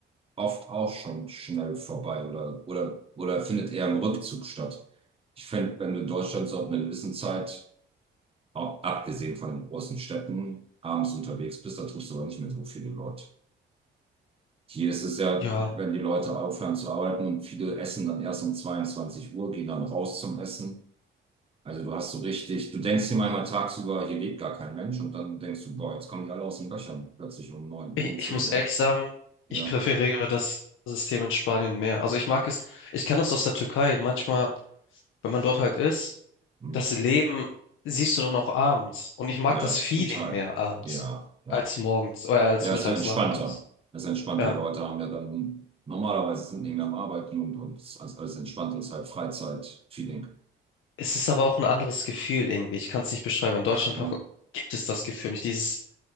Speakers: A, on the right; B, on the left.
A: oft auch schon schnell vorbei oder, oder, oder findet eher im Rückzug statt. Ich finde, wenn du in Deutschland so ab einer gewissen Zeit, auch abgesehen von den großen Städten, abends unterwegs bist, da triffst du aber nicht mehr so viele Leute. Hier ist es ja,
B: ja,
A: wenn die Leute aufhören zu arbeiten und viele essen dann erst um 22 Uhr, gehen dann raus zum Essen. Also du hast so richtig, du denkst hier manchmal tagsüber, hier lebt gar kein Mensch und dann denkst du, boah, jetzt kommen die alle aus den Löchern, plötzlich um neun,
B: ich,
A: Uhr, um
B: ich
A: zehn
B: muss ehrlich
A: Uhr.
B: sagen,
A: Ja,
B: ich präferiere das System in Spanien mehr. Also ich mag es, ich kenne das aus der Türkei. Manchmal wenn man dort halt ist,
A: hm.
B: das Leben siehst du dann auch abends. Und ich mag
A: ja,
B: das Feeling
A: total.
B: mehr abends
A: Ja, ja.
B: als morgens, oder als
A: Ja,
B: mittags,
A: es ist entspannter.
B: nachmittags.
A: Es ist entspannter.
B: Ja.
A: Die Leute haben ja dann, normalerweise sind die am Arbeiten und, und es ist alles alles entspannt und es ist halt feeling
B: Es ist aber auch ein anderes Gefühl irgendwie. Ich kann es nicht beschreiben. In Deutschland
A: Ja,
B: hab, gibt es das Gefühl nicht. Dieses